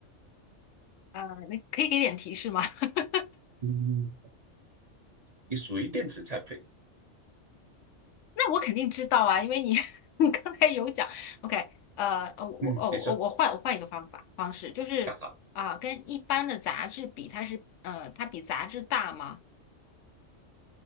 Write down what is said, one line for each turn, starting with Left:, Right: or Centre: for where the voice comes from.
Left: 啊，那可以给点提示吗？<laughs>
Right: 嗯，你属于电子产品。
Left: 那我肯定知道啊，因为你 <laughs> 你刚才有讲，OK，呃，哦，我哦我我换我换一个方法方式，
Right: 嗯，你说
Left: 就是啊、
Right: 啊，
Left: 跟一般的杂志比，它是呃，它比杂志大吗